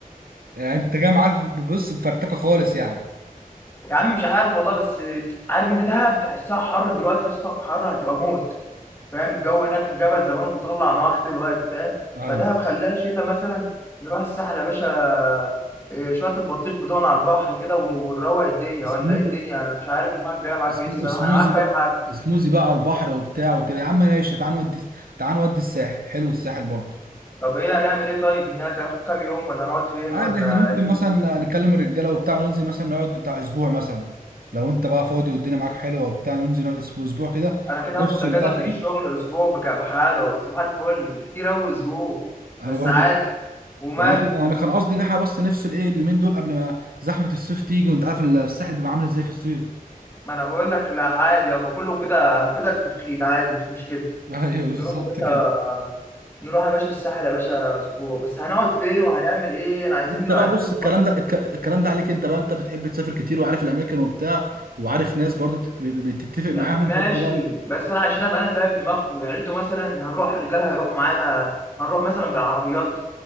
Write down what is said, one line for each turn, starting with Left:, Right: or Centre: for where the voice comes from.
Right: يعني انت جاي معاك بص بفرتكه خالص يعني
Left: يا عم مش عارف والله بس عارف أنت دهب تحسها حر دلوقتي يا اسطى حر هتبقى موت فاهم الجو هناك الجبل زمانه بيطلع نار <laughs> دلوقتي فاهم
Right: ايوه
Left: فدهب خلاها شتاء مثلا نروح الساحل يا باشا إيه، شوية البطيخ بتوعنا على البحر كده ونروق الدنيا
Right: اسمه
Left: ولا إيه الدنيا أنا مش عارف دماغك جاية معاك
Right: اسمه
Left: بإيه الصراحة
Right: اسموزي
Left: أنا معاك في
Right: بقى
Left: أي حاجة
Right: اسموزي بقى على البحر وبتاع وكده يا عم ماشي تعال نودي تعال نودي الساحل حلو الساحل برضه
Left: طب ايه هنعمل ايه طيب هناك هناخد كام يوم ولا نقعد فين
Right: عادي
Left: ولا
Right: احنا ممكن
Left: ايه الدنيا؟
Right: مثلا نكلم الرجاله وبتاع وننزل مثلا نقعد بتاع اسبوع مثلا لو انت بقى فاضي والدنيا معاك حلوه وبتاع ننزل نقعد اسبوع اسبوع كده
Left: انا كده
Right: نفصل
Left: هاخد اجازه
Right: بقى
Left: من
Right: فيه
Left: الشغل اسبوع بجا- بحاله صباح الفل كتير اوي اسبوع
Right: انا
Left: بس
Right: برضو
Left: عادي ومال
Right: يعني انا أنا كان قصدي ان احنا بس نفصل ايه اليومين دول قبل ما زحمه الصيف تيجي وانت عارف الساحل بيبقى عامل ازاي في الصيف
Left: ما انا بقول لك لا عادي يابا كله فدا فدا التفخيد عادي مش مشكله
Right: <laughs> ايوه بالظبط
Left: نروح يا باشا
Right: كده
Left: نروح يا باشا الساحل يا باشا اسبوع بس هنقعد فين وهنعمل ايه انا عايزين
Right: انت
Left: نبقى
Right: بقى
Left: عارفين
Right: بص
Left: الحوار
Right: الكلام ده الك- الكلام ده عليك انت بقى انت بتحب تسافر كتير وعارف الاماكن وبتاع وعارف ناس برضو بت- بتتفق معاهم
Left: يا ابني ماشي
Right: فانت بقى ايه
Left: بس انا عشان ابقى انا فاهم دماغه يعني انتوا مثلا هنروح الرجال هيروحوا معانا هنروح مثلا بالعربيات